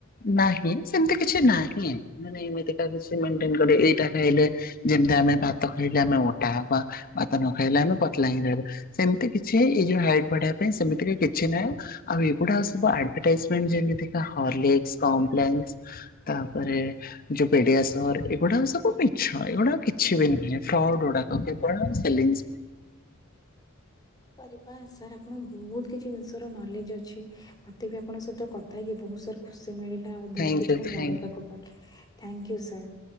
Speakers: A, on the left; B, on the left.
A: ନାହିଁ ସେମତି କିଛି ନାହିଁ। ମାନେ ଏମିତିକା କିଛି ମେଣ୍ଟେନ କରିବେ ଏଇଟା ଖାଇଲେ ଯେମିତି ଆମେ ଭାତ ଖାଇଲେ ଆମେ ମୋଟା ହବା ଭାତ ନ ଖାଇଲେ ଆମେ ପତଲା ହିଁ ରହିବା। ସେମିତି କିଛି ଏଇ ଯୋଉ ହାଇଟ୍ ବଢେଇବା ପାଇଁ ସେମିତି କିଛି ନାହିଁ ଆଉ ଏଗୁଡା ସ ଏବେ ଆଡଭଟାଇଜମେଣ୍ଟ୍ ଯେମିତିକା ହରଲିକ୍ସ କମ୍ପ୍ଲେନସ୍ ତାପରେ ଯୋଉ ପେଡିଆସୋର୍ ଏଗୁଡା ସବୁ ମିଛ ଏଗୁଡା କିଛି ବି ନୁହେଁ ଫ୍ରଡ୍ ଗୁଡାକ କେବଳ ସେଲିଂସ୍ ପାଇଁ।
B: କରିବା ସାର୍ ଆପଣଙ୍କ ବହୁତ କିଛି ଜିନିଷର ନଲେଜ ଅଛି ମତେ ବି ଆପଣଙ୍କ ସହିତ କ କଥା ହେଇକି ବହୁତ ସାର୍ ଖୁସି ମିଳିଲା ଆଉ
A: ଥ୍ୟାଙ୍କ
B: ବହୁତ କିଛି
A: ୟୁ
B: ମୁଁ
A: ଥ୍ୟାଙ୍କ
B: ଜାଣିବାକୁ
A: ୟୁ
B: ପାଇଲି thank you sir.